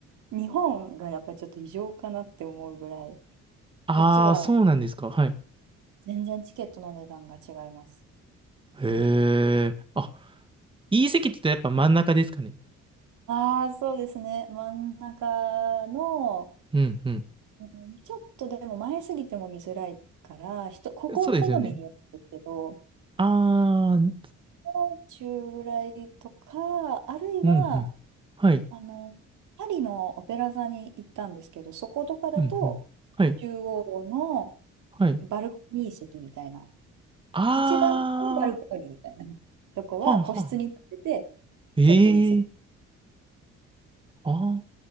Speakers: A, on the right; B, on the right.
A: 日本がやっぱりちょっと異常かなって思うぐらい、
B: ああ、
A: こっちは
B: そうなんですか。はい。
A: 全然チケットの値段が違います。
B: へえ。あ、いい席って言ったらやっぱ真ん中ですかね。
A: ああ、そうですね。真ん中の、
B: うんう
A: うんちょっとでも前すぎても見づらいから、人、ここは好みによるんですけど、
B: ん。そうですよね。ああ、うん
A: もう中ぐらいとか、あるいは、
B: うん。はい。
A: あの、パリのオペラ座に行ったんですけど、そことかだと、
B: うんうん。はい。
A: 中央の
B: はい。
A: バルコニー席みたいな、
B: あ
A: 一番のバルコニーみたいなとこは個室に立ってて、
B: あ、はあはあ。ええ
A: ちょっといい席。
B: ああ。